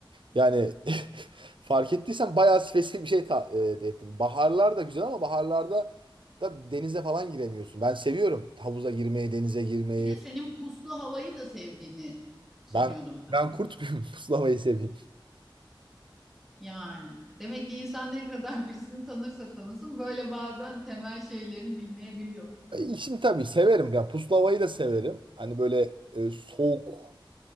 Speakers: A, on the right; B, in the centre.
A: Yani <laughs> fark ettiysen bayağı spesifik bir şey ta, e, de ettim. Baharlar da güzel ama baharlarda da denize falan giremiyorsun. Ben seviyorum havuza girmeyi, denize girmeyi.
B: Bir de senin puslu havayı da sevdiğini sanıyordum
A: Ben ben kurt muyum? <laughs> Puslamayı seveyim.
B: Yani demek ki insan ne kadar <laughs> birisini tanırsa tanısın böyle bazen temel şeylerini bilmeyebiliyor.
A: E, Şimdi tabii severim. Yani puslamayı da severim. Hani böyle e, soğuk,